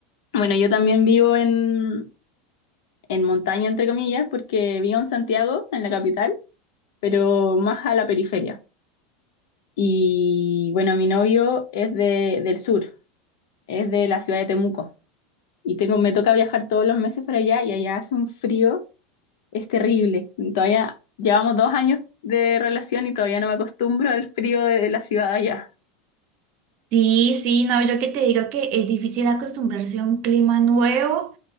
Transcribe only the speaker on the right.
Sí, sí, no, yo que te digo que es difícil acostumbrarse a un clima nuevo.